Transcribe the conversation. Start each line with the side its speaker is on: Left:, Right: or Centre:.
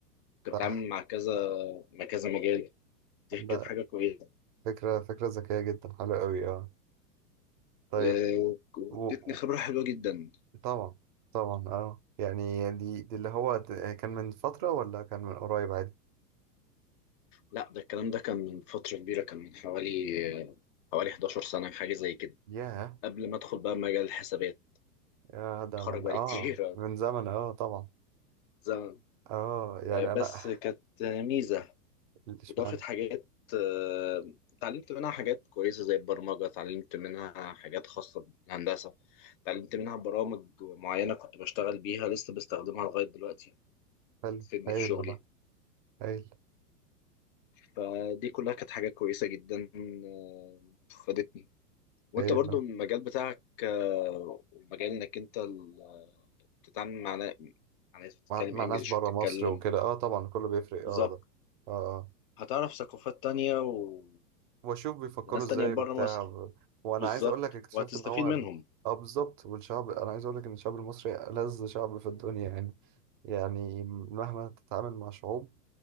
Left: كنت
Right: صح
Left: بتعامل مع كذا مع كذا مجال دي
Right: ده
Left: كانت حاجه كويسه
Right: فكرة فكرة ذكية جدا حلوة قوي اه طيب
Left: آه، و- وادتني
Right: و... و-
Left: خبره حلوه جدا
Right: طبعا طبعا اه يعني دي دي اللي هو ت- كان من فترة ولا كان من قريب عادي
Left: لا ده الكلام ده كان من فتره كبيره كان من حوالي آه، حوالي 11 سنه حاجه زي كده
Right: ياه
Left: قبل ما ادخل بقى مجال الحسابات
Right: يا ده
Left: اتخرج
Right: من
Left: بقالي
Right: اه
Left: كتير
Right: من زمن اه طبعا
Left: <laughs> زمن
Right: اه يعني
Left: آه، بس
Right: انا
Left: كانت آه، ميزه
Right: <laughs> اشمعنى
Left: وضافت حاجات آه، اتعلمت منها حاجات كويسه زي البرمجه اتعلمت منها حاجات خاصه بالهندسه اتعلمت منها برامج معينه كنت بشتغل بيها لسه بستخدمها لغايه دلوقتي
Right: حلو
Left: بتفيدني
Right: هايل
Left: في شغلي
Right: والله هايل
Left: فدي كلها كانت حاجات كويسه جدا آه، فادتني وانت
Right: هايل
Left: برضو
Right: آه.
Left: المجال بتاعك آه، ومجال انك انت ال- بتتعامل مع نا- مع ناس بتتكلم
Right: مع, مع
Left: انجلش
Right: ناس بره
Left: وبتتكلم
Right: مصر وكده اه طبعا كله بيفرق
Left: بالظبط
Right: اه ده اه اه.
Left: هتعرف ثقافات تانية و...
Right: واشوف بيفكروا
Left: وناس
Right: ازاي
Left: تانية بره
Right: وبتاع
Left: مصر
Right: و... وانا
Left: بالظبط
Right: عايز اقول لك اكتشفت
Left: وهتستفيد
Right: ان هو
Left: منهم
Right: ال- اه بالظبط والشعب انا عايز اقول لك ان الشعب المصري ألذ شعب في الدنيا يعني يعني مهما تتعامل مع شعوب